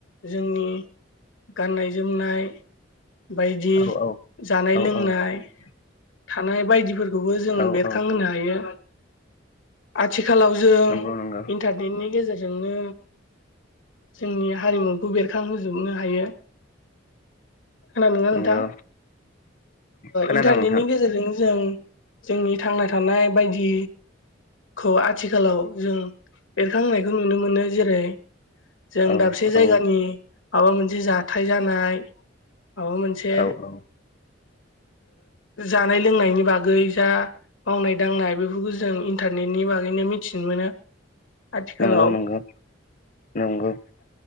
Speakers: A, on the left; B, on the left.
A: जोंनि गाननाय जोमनाय बायदि
B: औ औ
A: जानाय-लोंनाय
B: औ
A: थानाय बायदिफोरखौ बेबो जों
B: औ
A: बेरखांहोनो
B: औ
A: हायो। आथिखालाव जों
B: नंगौ नंगौ
A: इन्टारनेटनि गेजेरजोंनो जोंनि हारिमुखौ बेरखांहोजोबनो हायो। खोनादोंना
B: नंगौ
A: नोंथां?
B: खोनादों
A: इन्टारनेटनि
B: नोंथां
A: गेजेरजों जों जोंनि थांना थानाय बायदि खौ आथिखालाव जों बेरखांहोनायखौ नुनो मोनो जेरै जों
B: औ
A: दाबसे जायगानि
B: औ
A: माबा मोनसे जाथाय जानाय। माबा मोनसे
B: औ औ
A: जानाय-लोंनायनि बागै जा मावनाय दांनाय बेफोरखौ जों इन्टारनेटनि बागैनो मिथिनो मोनो। आथिखालाव
B: नंगौ नंगौ नंगौ